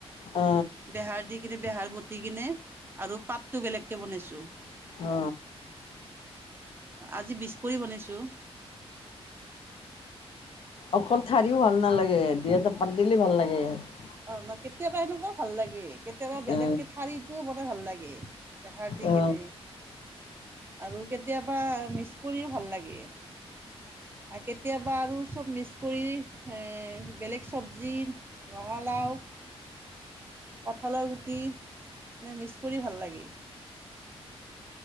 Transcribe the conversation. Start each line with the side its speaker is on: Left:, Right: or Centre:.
Left: অ
Right: বিহাৰ দি কিনে বিহাৰ। পুট কিনে আৰু পাতটো বেলেগকৈ বনাইছোঁ
Left: অ
Right: আজি বিচ কৰি বনাইছোঁ।
Left: অকল ঠাৰিও ভাল নালাগে দুই এটা পাত দিলি ভাল লাগে। এ।
Right: অ ন কেতিয়াবা সেনেকুৱা ভাল লাগে। কেতিয়াবা বেলেগ
Left: অ
Right: কে ঠাৰিটো ব। ভাল লাগে বেহাৰ দি
Left: অ
Right: কিনে আৰু কেতিয়াবা মিছ কৰি ও ভাল লাগে কেতিয়াবা আকৌ চব মিছ কৰি ও ভাল লাগে কেতিয়াবা বেলেগ চবজিত। ৰঙালাও কঁঠালৰ গুটি এনেই মিক্স কৰি ভাল লাগে।